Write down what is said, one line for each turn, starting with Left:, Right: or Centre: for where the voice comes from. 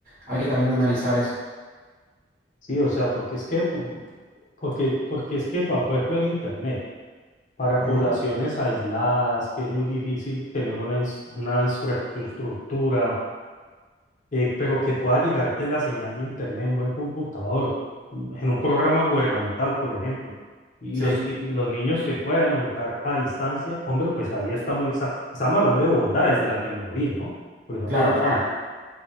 Right: hay que también analizar eso.
Left: ¿sí? O sea, porque es que, po- porque, porque es que, pa- por ejemplo, el Internet, para
Right: Ujú.
Left: poblaciones aisladas, que es muy difícil tener una, ins- una infraestructura, eh, pero que pueda llegarte la señal de internet, un buen computador, en un programa gubernamental, por ejemplo, y
Right: Sí,
Left: los, y los niños se puedan educar a distancia, hombre, pues ahí está muy, sa- estamos hablando de bondades de la tecnología, ¿no? Porque no
Right: claro,
Left: todo es
Right: claro.
Left: malo,